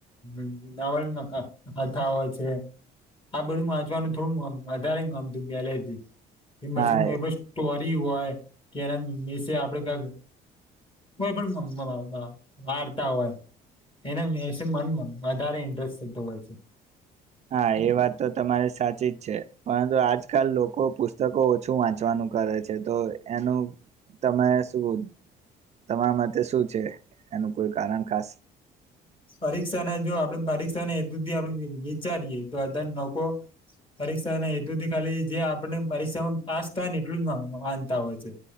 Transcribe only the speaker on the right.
હા
હા એ વાત તો તમારી સા ઠીક છે પરંતુ આજકાલ લોકો પુસ્તકો ઓછુ વાંચવાનું કરે છે તો એનુ તમે શું તમારા માટે શું છે એનું કોઈ કારણ ખાસ?